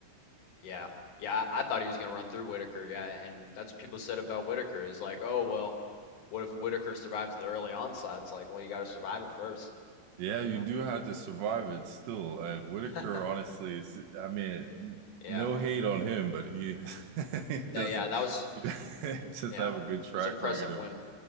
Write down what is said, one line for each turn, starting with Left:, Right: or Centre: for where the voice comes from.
Left: Yeah. Yeah, I I thought he was going to run through Whitaker. Yeah, and that's what people said about Whitaker is like, "Oh, well, what if Whitaker survives the early onslaught?" It's like, "Well, you got to survive it first.
Right: Yeah,
Left: I
Right: you
Left: don't know.
Right: do have to survive it still. And Whitaker,
Left: <laughs>
Right: honestly, is, I mean, n-
Left: Yeah.
Right: no hate on him, but he <laughs> he doesn't
Left: That yeah, that was
Right: he <laughs> doesn't
Left: yeah.
Right: have a good track
Left: It was impressive
Right: record of.
Left: win